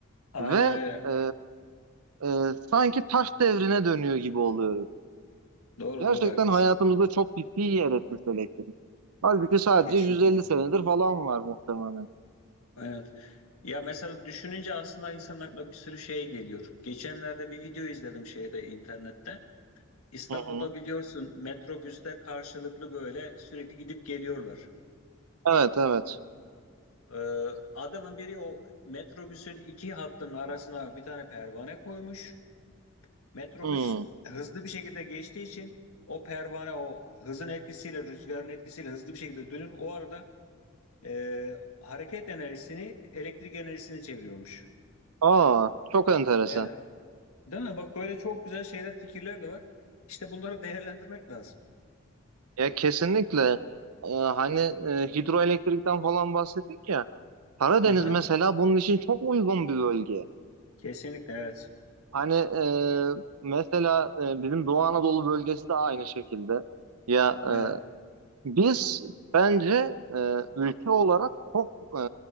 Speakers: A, on the left; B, on the right.
A: Aynen
B: ve
A: öyle.
B: e, e, sanki taş devrine dönüyor gibi oluyoruz.
A: Doğru
B: Gerçekten
A: doğru haklısın.
B: hayatımızda çok ciddi yer etmiş elektrik. Halbuki sadece
A: Kesinlikle.
B: 150 senedir falan var muhtemelen.
A: Evet. Ya mesela düşününce aslında insanın aklına bir sürü şey geliyor. Geçenlerde bir video izledim şeyde internette. İstanbul'da
B: Hı hı.
A: biliyorsun metrobüsler karşılıklı böyle sürekli gidip geliyorlar.
B: Evet evet.
A: Ee, adamın biri o metrobüsün iki hattının arasına bir tane pervane koymuş. Metrobüs
B: Hı.
A: hızlı bir şekilde geçtiği için o pervane o hızın etkisiyle rüzgarın etkisiyle hızlı bir şekilde dönür. O arada e, hareket enerjisini elektrik enerjisine çeviriyormuş.
B: Aa çok enteresan.
A: Evet. Değil mi? Bak böyle çok güzel şeyler, fikirler de var. İşte bunları <laughs> değerlendirmek lazım.
B: Ya kesinlikle Ee, hani e, hidroelektrikten falan bahsettik ya Karadeniz
A: Aha,
B: mesela bunun için çok uygun bir bölge.
A: kesinlikle evet.
B: Hani e, mesela e, bizim Doğu Anadolu bölgesi de aynı şekilde. Ya
A: Evet.
B: e, biz bence e, ülke olarak çok e,